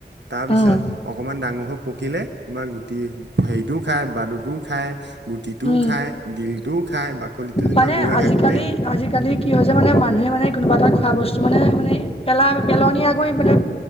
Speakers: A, on the right; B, on the left.
A: তাৰ পিছত
B: উম,
A: অকমান ডাঙৰ হৈ পকিলে তোমাৰ গুটি হেৰিটোও খায়, বান্দুটো খায়। গুটিটোও
B: উম।
A: খাই, দিল টোও খাই, বাকলিতো যেনিবা
B: মানে
A: গৰুয়ে
B: আজিকালি
A: খাই।
B: আজিকালি কি হৈছে মানে মানুহে মানে কোনোবা এটা খোৱা বস্তু মানে মানে পেলাই পেলনীয়া কৰী পেলাই।